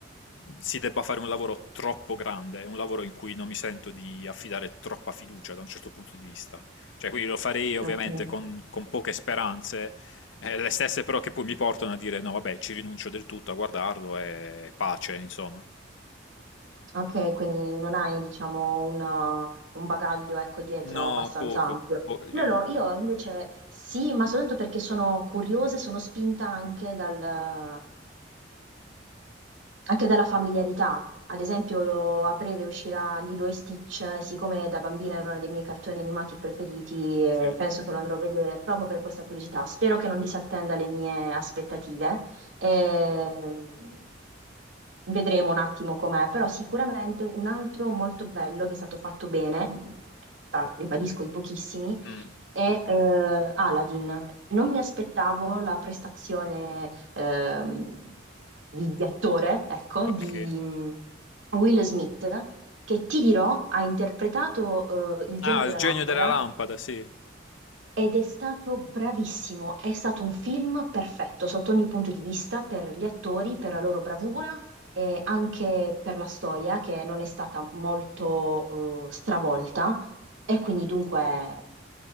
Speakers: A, on the left; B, on the right.
A: si debba fare un lavoro troppo grande, un lavoro in cui non mi sento di affidare troppa fiducia da un certo punto di vista. Cioè, quindi lo farei ovviamente
B: Ok,
A: con, con poche speranze, eh, le stesse però che poi mi portano a dire no, vabbè, ci rinuncio del tutto a guardarlo e pace, insomma.
B: Ok, quindi non hai, diciamo, una- un bagaglio, ecco, dietro
A: No,
B: abbastanza
A: poco.
B: ampio.
A: Po- eh,
B: Io, l'ho- io invece sì, ma soltanto perché sono curiosa e sono spinta anche dal, anche dalla familiarità. Ad esempio, lo- a breve uscirà Lilo e Stitch, e siccome da bambina era uno dei miei cartoni animati preferiti, eh,
A: sì.
B: penso che lo andrò a vedere proprio per questa curiosità. Spero che non disattenda le mie aspettative. Ehm, Vedremo un attimo com'è, però sicuramente un altro molto bello che è stato fatto bene, tra- ribadisco i pochissimi,
A: Mm,
B: è eh, Aladdin. Non mi aspettavo la prestazione ehm, di, di attore, ecco,
A: ok.
B: di mm, Will Smith, che ti dirò ha interpretato eh, il
A: Ah,
B: genio della
A: il genio
B: lampada
A: della lampada, sì.
B: ed è stato bravissimo. È stato un film perfetto sotto ogni punto di vista per gli attori, per la loro bravura. E anche per la storia che non è stata molto eh, stravolta, e quindi dunque.